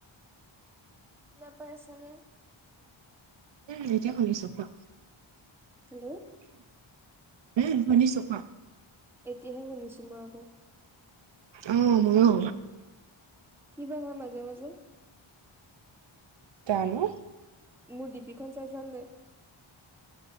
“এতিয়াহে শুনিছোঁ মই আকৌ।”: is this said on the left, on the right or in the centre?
Centre